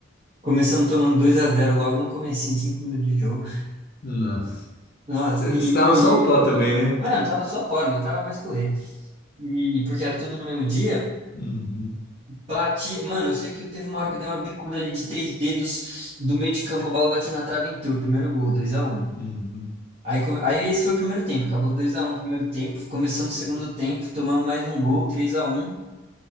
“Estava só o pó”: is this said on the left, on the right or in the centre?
Left